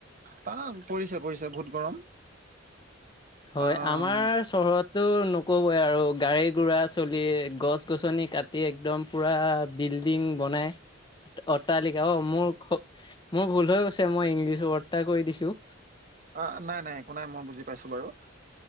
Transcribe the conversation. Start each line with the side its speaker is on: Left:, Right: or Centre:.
Right: তাম। পৰিছে পৰিছে বহুত গৰম।
Left: হয়।
Right: আহ
Left: আমাৰ চহৰত টো নকবই আৰু গাড়ী-গুৰা চলি, গছ-গছনি কাটি একদম পুৰা বিল্ডিং বনে অট্টালিকা অ', মোৰ মোৰ ভুল হৈ গৈছে। মই ইংলিছ ৱৰ্ড এটা কৈ দিছোঁ।
Right: অ, নাই। নাই। একো নাই। মই বুজি পাইছোঁ বাৰু।